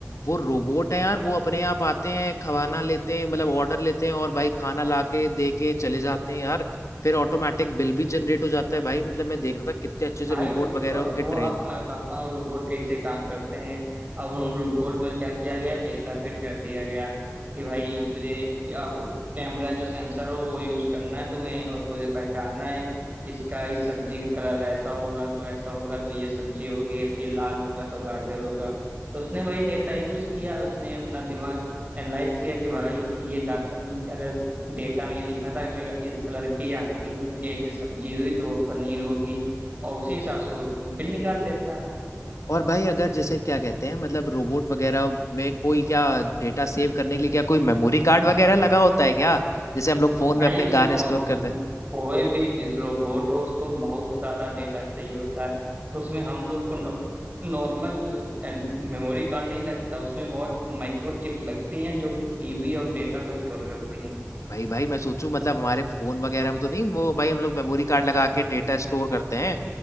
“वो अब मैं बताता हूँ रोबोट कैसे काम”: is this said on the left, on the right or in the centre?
Right